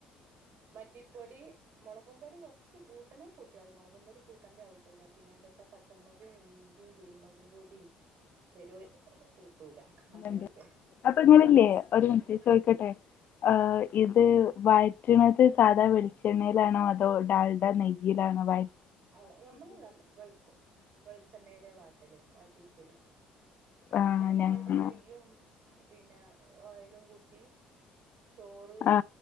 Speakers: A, on the right; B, on the left.
A: മല്ലിപ്പൊടി മുളകും പൊടി കുറച്ച് കൂട്ടണേ കൂട്ടിയാ മതി മുളകും പൊടി കൂട്ടേണ്ട ആവശ്യം ഇല്ല പിന്നെ എന്താ വച്ചാ പച്ചമുളകും ഇഞ്ചിയും കുരുമുളകും പൊടിയും <unintelligible> കൂട്ടൂല അങ്ങനെയൊക്കെ
B: ണ്ട് അപ്പൊ ഇങ്ങളില്ലേ
A: എടാ വൈ
B: അത്
A: ആ
B: ചോദിക്കട്ടെ ആ ഇത് വഴറ്റണുന്നത് സാധാ വെളിച്ചെണ്ണയിലാണോ അതോ ഡാൽഡ നെയ്യിയിലാണോ വ
A: അല്ല ഞമ്മള് നല്ല വെളിച്ചെ വെളിച്ചെണ്ണയിലെ വാട്ടല് വാട്ടിയെക്കല് പിന്നെ
B: ആ
A: ഡാൾട
B: ഞങ്ങ
A: നെയ്യും പിന്നെ ഓയിലും കുട്ടി ചോറ്
B: ആ